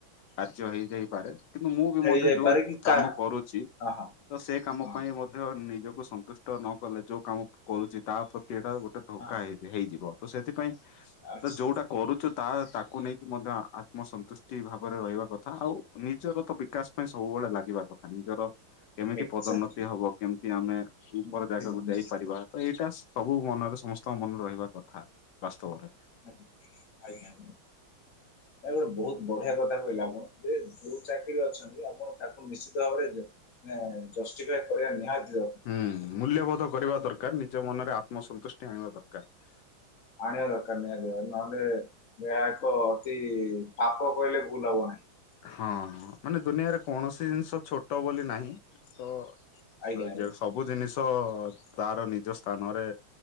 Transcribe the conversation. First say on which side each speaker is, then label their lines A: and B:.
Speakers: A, on the left (about 70°); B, on the left (about 55°).
A: କାର୍ଯ୍ୟ ହେଇଯାଇପାରେ। କିନ୍ତୁ ମୁଁ ବି
B: ହେଇଯାଇପାରେ
A: ମଧ୍ୟ ଯୋଉ
B: କି କା
A: କାମ କରୁଛି
B: ହଁ
A: ତ ସେ
B: ହଁ
A: କାମ
B: ହଁ
A: ପାଇଁ ମଧ୍ୟ ନି <unintelligible> ନିଜକୁ ସନ୍ତୁଷ୍ଟ ନ କଲେ ଯୋଉ କାମ କରୁଛି ତା ପ୍ରତି ଏଇଟା ଗୋଟେ ଧୋକା
B: ହଁ
A: ହେଇ ହେଇଯିବ ତ ସେଥିପାଇଁ
B: ଆଚ୍ଛା
A: ତ ଯୋଉଟା କରୁଛୁ ତା ତାକୁ କୁ ନେଇକି ମଧ୍ୟ ଆତ୍ମସନ୍ତୁଷ୍ଟି ଭାବରେ ରହିବା କଥା ଆଉ ନିଜଗତ ବିକାଶ ପାଇଁ ସବୁବେଳେ ଲାଗିବା କଥା। ନିଜର କେମିତି
B: ଏକ୍ଜାକ୍ଟଲି
A: ପଦୋନ୍ନତି ହବ କେମିତି ଆମେ ଉପର
B: ନିଶ୍ଚିତ
A: ଜାଗାକୁ
B: ନିଶ୍ଚିତ।
A: ଯାଇପାରିବା ତ ଏଇଟା ସବୁ ମନରେ ସମସ୍ତଙ୍କ ମନରେ ରହିବା କଥା ବାସ୍ତବରେ।
B: ଆଜ୍ଞା। ନା ଗୋଟେ ବହୁତ ବଢିଆ କଥା କହିଲା ଆପଣ ଯେ ଯୋଉ ଚା <unintelligible> ଅଛନ୍ତି ଆପଣ ତାକୁ ନିଶ୍ଚିତ ଭାବରେ ମାନେ ଜଷ୍ଟିଫାଏ କରିବା ନିହାତି ଦରକାର
A: ହୁଁମ୍ ମୂଲ୍ୟବୋଧ କରିବା ଦରକାର ନିଜ ମନରେ ଆତ୍ମସନ୍ତୁଷ୍ଟି ଆଣିବା ଦରକାର।
B: ଆଣିବାର <unintelligible> ନହେଲେ ଏହା ଏକ ଅତି ପାପ କହିଲେ ଭୁଲ ହବ ନାହିଁ।
A: ହଁ ମାନେ ଦୁନିଆରେ କୌଣସି ଜିନିଷ ଛୋଟ ବୋଲି ନାହିଁ ତ
B: ଆଜ୍ଞା
A: ସ
B: ଆଜ୍ଞା
A: ଯୋ ସବୁ ଜିନିଷ ତ ତାର ନିଜ ସ୍ଥାନରେ